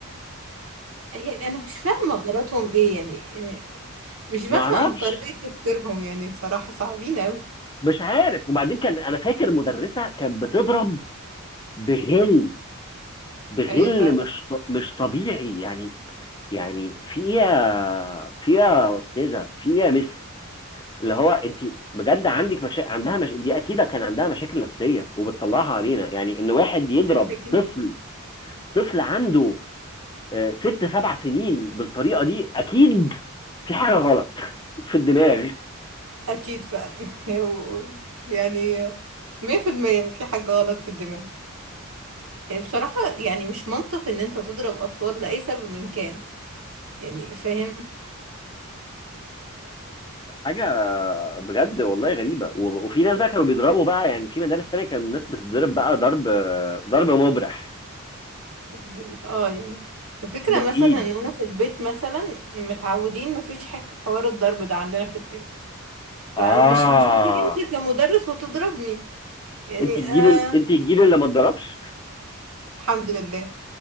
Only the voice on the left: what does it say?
ما اعرفش
مش عارف وبعدين كان انا فاكر المدرسه كانت بتضرب بغل بغل
مش
ط- مش طبيعي يعني يعني في ايه يا في ايه يا استاذه في ايه يا مس اللي هو انت بجد عندك مشا... عندها مش... دي اكيد كان عندها مشاكل نفسيه وبتطلعها علينا يعني ان واحد يضرب
طفل طفل عنده آه، ست سبع سنين بالطريقه دي اكيد في حاجه غلط <laughs> في الدماغ
حاجه بجد والله غريبه و- وفي ناس بقى كانوا بيضربوا بقى يعني في مدارس تانية كان الناس بتضرب بقى ضرب ضرب مبرح
بالايد
اه
انت الجيل
ال- انت الجيل اللي ما اتضربش